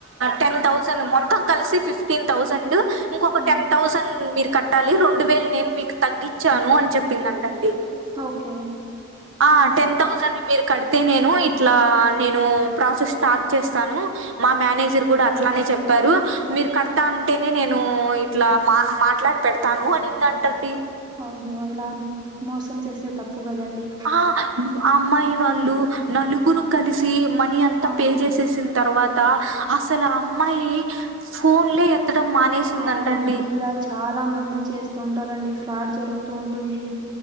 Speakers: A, on the right (about 85°); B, on the right (about 20°).
A: టెన్ థౌజండ్ మొత్తం కలిసి ఫిఫ్టీన్ థౌజండ్ ఇంకొక
B: ఆ
A: టెన్ థౌసండ్ మీరు కట్టాలి రెండు వేలు నేను మీకు తగ్గించాను అని చెప్పిందంటండి
B: ఓకే
A: ఆ టెన్ థౌసండ్ ని మీరు కడితే నేను ఇట్లా నేను ప్రాసెస్ స్టార్ట్ చేస్తాను మా మేనేజర్ కూడా అట్లానే చెప్పారు మీరు కడతా అంటేనే నేను ఇట్లా మా మాట్లాడు కడతాను అనిందంటండి
B: అయ్యో ఇలా మోసం చేస్తే తప్పు కదండి
A: ఆ అమ్మాయి వాళ్ళు నలుగురు కలిసి మనీ అంతా
B: ఆ
A: పే చేసేసిన తర్వాత అసలు ఆ అమ్మాయి ఫోన్లే ఎత్తడం మానేసిందంటండి
B: అవునండి ఇలా చాలా మంది చేస్తూ ఉంటారండి ఫ్రాడ్ జరుగుతూంటుంది